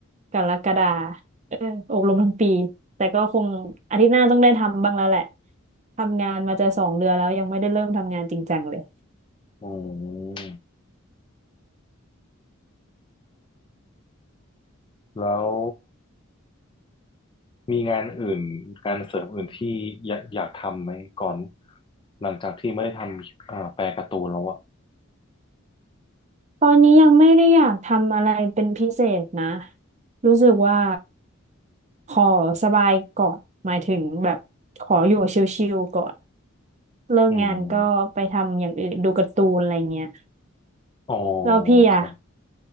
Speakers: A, on the right (about 35°); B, on the left (about 25°).
A: กรกฎาเอออบรมทั้งปีแต่ก็คงอาทิตย์หน้าต้องได้ทำบ้างแล้วแหละทำงานมาจะสองเดือนแล้วยังไม่ได้เริ่มทำงานจริงจังเลย
B: อ๋อแล้ว มีงานอื่นงานเสริมอื่นที่อยากอยากทำไหมก่อนหลังจากที่ไม่ได้ทำอ่าแปลการ์ตูนแล้วอ่ะ
A: ตอนนี้ยังไม่ได้อยากทำอะไรเป็นพิเศษนะ รู้สึกว่าขอสบายก่อนหมายถึงแบบขออยู่ชิลๆก่อนเลิกงานก็ไปทำอย่างอื่นดูการ์ตูนอะไรเงี้ย
B: อืมอ๋อ
A: แล้วพี่อะ
B: ครับ